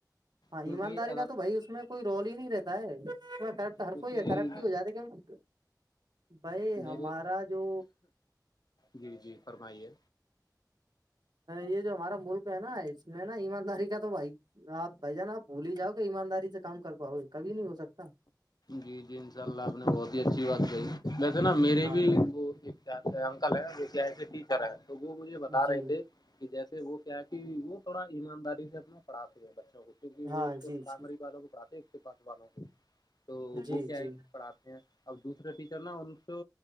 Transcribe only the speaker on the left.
کیونکہ
اگر
کیونکہ
میرے
جی جی فرمائیے
جی جی انشاء اللہ آپ نے بہت ہی اچھی بات کہی ویسے نا میری
بھی وہ چتے انکل ہے کے ٹیچر ہے تو وہ مجھے بتا
رہے تھے کہ جیسے وہ کیا ہے کہ وہ تھوڑا ایمانداری سے اپنا پڑھاتے ہیں بچوں کو کیونکہ
وہ ایک
کامری والوں کو کھاتے اس کے پاس والوں کو تو
وہ کیا
ہے پڑھاتے ہیں اب دوسرے ٹیچر نا ان کو